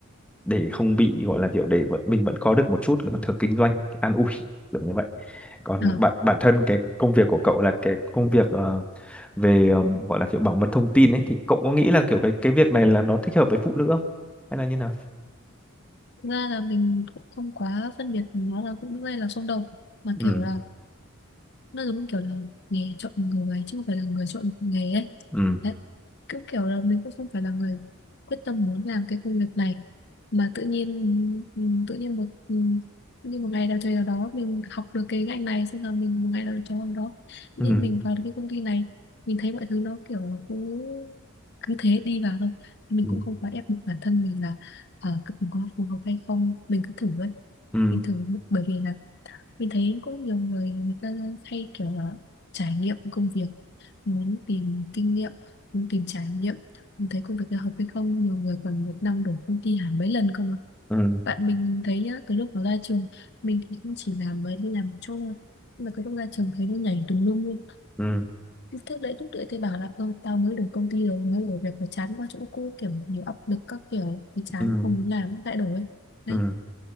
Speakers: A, in the centre; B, on the left.
A: để không bị gọi là kiểu để vẫn, mình vẫn có được một chút cái thưởng kinh doanh cái an ủi kiểu như vậy còn
B: à,
A: bản bản thân cái công việc của cậu là cái công việc ờ, về ờm, gọi là kiểu bảo mật thông tin ấy thì cậu có nghĩ là kiểu cái cái việc này là nó thích hợp với phụ nữ không hay là như nào
B: ra là mình cũng không quá phân biệt nó là cũng như là xung đột mà
A: ừ
B: kiểu là nó giống kiểu là nghề chọn người chứ không phải là người chọn nghề ấy
A: ừ
B: đấy cứ kiểu là mình cũng không phải là người quyết tâm muốn làm cái công việc này mà tự nhiên ừ, tự nhiên một ừ, tự nhiên một ngày nào trời nào đó mình học được cái ngành này xong là mình một ngày nào trời nào đó tự
A: ừ
B: nhiên mình vào được cái công ty này mình thấy mọi thứ nó kiểu cứ cứ thế đi vào thôi thì mình
A: ừ
B: cũng không quá ép buộc bản thân mình là ờ, mình có phù hợp hay không mình cứ thử ấy
A: ừ
B: mình thử bởi vì là mình thấy cũng nhiều người người ta hay kiểu là trải nghiệm công việc muốn tìm kinh nghiệm muốn tìm trải nghiệm mình thấy công việc là hợp hay không nhiều người còn một năm đổi công ty hẳn mấy lần không ạ
A: ừ
B: bạn mình thấy nhá từ lúc nó ra trường mình thì cũng chỉ làm mới đi làm chỗ thôi. nhưng mà cái lúc ra trường thấy nó nhảy tùm lum luôn
A: ừ
B: Cứ thế đấy lúc đấy thì bảo là "Ơ, tao mới được công ty rồi mới đổi việc và chán quá chỗ cũ kiểu nhiều áp lực các kiểu thì chán
A: ừ ừ
B: không muốn làm lại đổi đấy
A: ừ